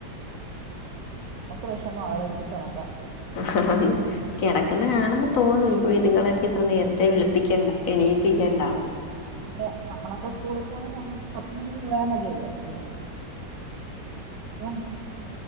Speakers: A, on the right (about 75°); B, on the left (about 55°).
A: വിഷമാ അവരെ വിളിച്ചുണർത്താൻ
B: അഹഹ കിടക്കന്ന കാണുമ്പോ തോന്നു ഇവേ ഇതുങ്ങളൊക്കെ ഇത്ര നേരത്തെ വിളിപ്പിക്കേണ്ട എണീപ്പിക്കേണ്ടാ
A: അതെ നമ്മളൊക്കെ സ്കൂള് പോകുന്ന സമയത്ത് പത്ത് മണിക്ക് പോയാൽ മതിയല്ലോ സ്കൂളില് ഉം